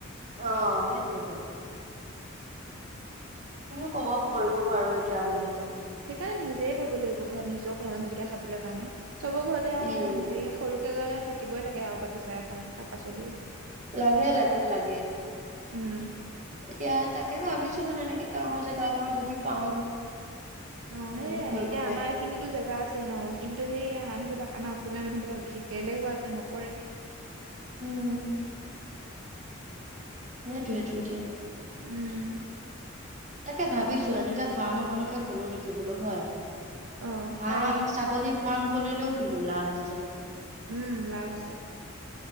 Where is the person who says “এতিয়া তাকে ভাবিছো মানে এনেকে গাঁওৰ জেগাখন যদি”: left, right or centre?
Right